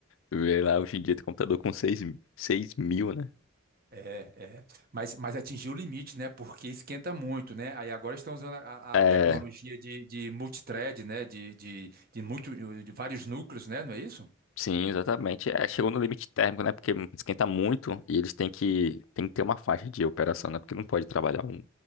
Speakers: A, on the left; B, on the right.
A: Vê lá, hoje em dia tem computador com seis seis mil, né?
B: É, é. Mas, mas atingiu o limite, né? Porque esquenta muito, né? Aí agora estão usando a,
A: É,
B: a tecnologia de, de multithread, né? De, de, de, muito, de vários núcleos, né? Não é isso?
A: sim, exatamente. É, chegou no limite térmico, né? Porque esquenta muito e eles têm que, têm que ter uma faixa de operação, né? Porque não pode trabalhar um.